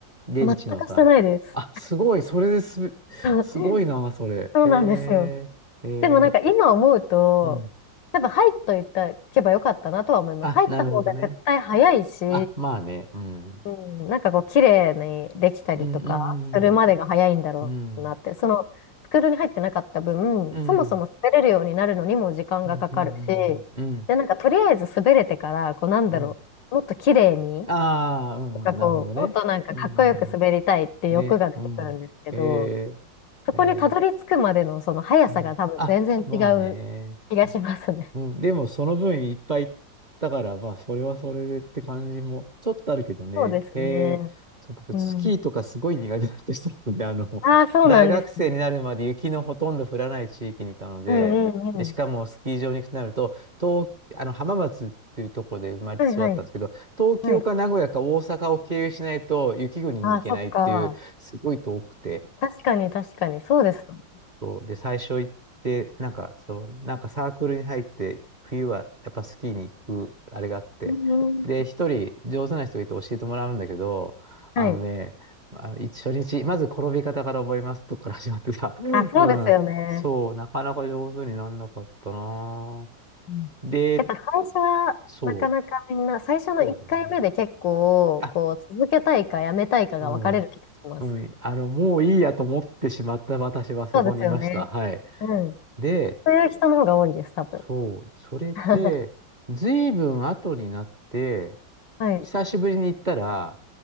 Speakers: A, on the right (about 30°); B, on the left (about 75°).
A: 現地のさ。
B: 全くしてないです。
A: あ、すごい。それですすごいな、
B: <laughs>
A: それ。
B: そうなんですよ。
A: へえ、へえ、
B: でもなんか今思うと、
A: うん。
B: 多分入っといたけばよかったなとは思います。
A: あ、
B: 入った方が絶対早いし、
A: なるほどね。あ、まあね。うん。
B: うん、なんかこう綺麗にできたりとかするまでが早いんだろうなって、
A: うん、うん、うん、うん、
B: そのスクールに入ってなかった分、
A: うん、
B: そもそも滑れるようになるのにも時間がかかるし、
A: うん、うん、うん、うん。
B: で、なんかとりあえず滑れてから、こうなんだろう、
A: うん
B: もっと綺麗に、
A: ああー、うん、
B: なんかこう、
A: なるほどね。
B: もっとなんかかっこよく滑りたいっていう欲が出てくるんですけど、
A: うん、うんうん、ね、うん。へえ、
B: そこにたどり着くまでのその速さが多分全然違う気がしますね。
A: へえ、うん。あ、まあね。うん、でもその分いっぱい行ったから、まあそれはそれでって感じもちょっとあるけどね。
B: そうですね。
A: へえ、そう、僕スキーとかすごい苦手だった人なので、
B: うん。
A: あの、
B: ああ、そうなんですね。
A: 大学生になるまで雪のほとんど降らない地域にいたので、
B: うんうんうん。
A: で、しかもスキー場に行くとなると、東、あの浜松っていうところで生まれて育ったんですけど、
B: はいはい。
A: 東京か名古屋か大阪を経由しないと雪国に行けないっていう、
B: はい。あ、そっか。
A: すごい遠くて。
B: 確かに、確かに。そうですよね。
A: そうで、最初行って、なんか、その、なんかサークルに入って、冬はやっぱスキーに行く、あれがあって、
B: うんうん
A: で、一人上手な人がいて教えてもらうんだけど、あのね、
B: はい。
A: あの一初日、まず転び方から覚えますとこか <laughs> ら始まってさ、<laughs> う
B: あ、そうですよね。
A: ん、そう、なかなか上手になんなかったなぁ。
B: うんやっぱ最初は、
A: で、そ
B: なかなかみんな、最初の1回目で結構、
A: う、そうだよね。あ、
B: こう、続けたいかやめたいかが分かれる気がします。
A: うん、うん、あの、もういいやと思ってしまった私はそこにいました。
B: そうですよね。
A: はい。
B: うん。
A: で、
B: そういう人の方が多いです、多分。
A: そう、それで、
B: <laughs>
A: ずいぶん後になって、
B: はい。
A: 久しぶりに行ったら、